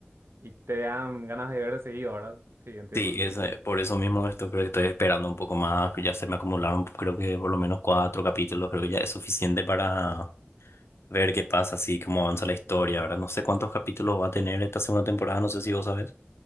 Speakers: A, on the right; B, on the left.
A: y te dan ganas de ver de seguido, ¿verdad? Sí, entiendo.
B: Sí, es eh, por eso mismo esto creo que estoy esperando un poco más, que ya se me acumularon creo que por lo menos cuatro capítulos, creo que ya es suficiente para ver qué pasa, así cómo avanza la historia, ahora No sé cuántos capítulos va a tener esta segunda temporada, no sé si vos sabés.